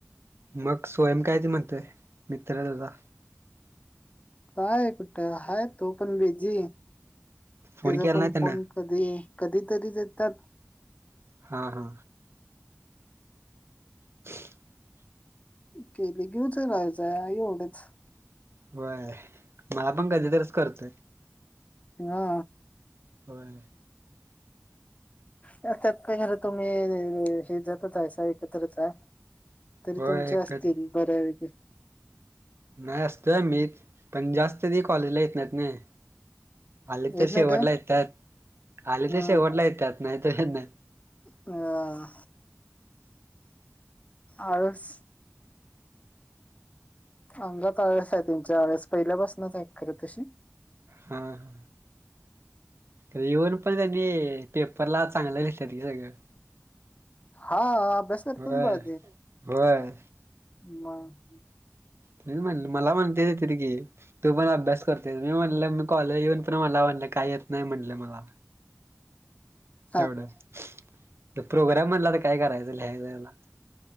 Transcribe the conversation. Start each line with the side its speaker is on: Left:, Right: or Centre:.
Right: मग स्वयंम काय ते म्हणतोय? मित्र तुझा.
Left: काय कुठ हाय तो पण बीजी
Right: फोन
Left: त्याचा
Right: केला
Left: पण
Right: नाही त्यांन
Left: फोन कधी, कधीतरीच येतात
Right: हा हा <inaudible>
Left: केली घेऊच राहायच एवढच
Right: व्हय मला पण कधी तरच करतोय,
Left: हा
Right: होय
Left: त्यात काय खर तुम्ही हे जातच हाय एकत्रच आहे. तरी
Right: होय
Left: तुमचे
Right: एकच
Left: असतील बऱ्या पैकी
Right: नाही असतोय मी पण जास्त ती कॉलेजला येतात नाय. आले
Left: येत
Right: तर
Left: नाही
Right: शेवटला
Left: ते
Right: येतात, आले तसे
Left: हम्म
Right: शेवटला येतात, नाही तर नाय
Left: अ, आळस अंगात आळस आहे तुमच्या, आळस पहिल्यापासूनच आहेत खरं तशी
Right: हा हा येऊन पण त्यानी पेपरला चांगलं लिहत्यात ती सगळं
Left: हा अभ्यास करतात
Right: होय
Left: बरं
Right: होय.
Left: म
Right: त म्हण मला म्हणते तिरी की? तू पण अभ्यास करतेस मी म्हणले मी कॉलेज येऊन पण मला म्हटले काही येत नाही म्हटले मला.
Left: हा
Right: एवढ---प्रोग्राम म्हणला तर काय करायचं लिहायचला